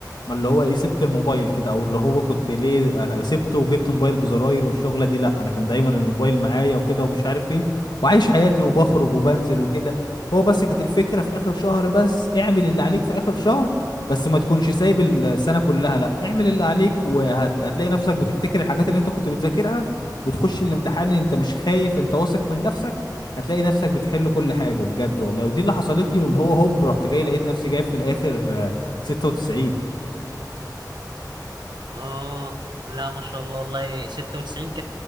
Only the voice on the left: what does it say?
ما اللي هو ايه سبت الموبايل كده او اللي هو كنت ليه آه، سبته وجبت موبايل بزراير والشغله دي لا انا كان دايما الموبايل معايا وكده ومش عارف ايه وعايش حياتي وبخرج وبنزل وكده هو بس كانت الفكره في اخر شهر بس اعمل اللي عليك في اخر شهر بس ما تكونش سايب السنه كلها لا اعمل اللي عليك وهتلاقي نفسك بتفتكر الحاجات اللي انت كنت بتذاكرها وتخش الامتحان انت مش خايف انت واثق من نفسك هتلاقي نفسك بتحل كل حاجة بجد والله ودي اللي حصلت لي واللي هو هوب رحت جاي لقيت نفسي جايب في الآخر آه، 96